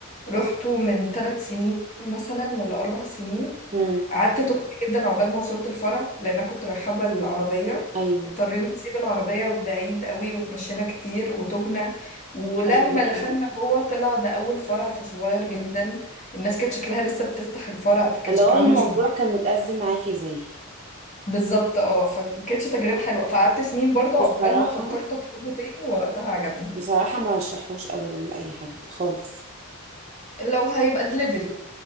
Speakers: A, on the left; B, on the right.
A: رحته من ثلاث سنين مثلا ولا أربع سنين
B: مم.
A: قعدت تهت جدا عقبال ما وصلت الفرع لأن أنا كنت رايحة بالعربية
B: ايوه
A: اضطرينا نسيب العربية بعيد قوي وتمشينا كتير وتهنا ولما
B: حد معاكي
A: دخلنا
B: بقى؟
A: جوه طلع ده أول فرع فصغير جدا الناس كانت شكلها لسه بتفتح الفرع فكان
B: اللي
A: شكلهم
B: هو الموضوع
A: مش م-
B: كان متأزم معاكي زيي
A: بالظبط اه فكانتش تجربة حلوة فقعدت سنين برضه عقبال
B: بصراحة
A: ما فكرت أطلبه تاني ووقتها عجبني
B: بصراحة ما رشحوش ابدا لاي حد خالص
A: لو هيبقى دليفري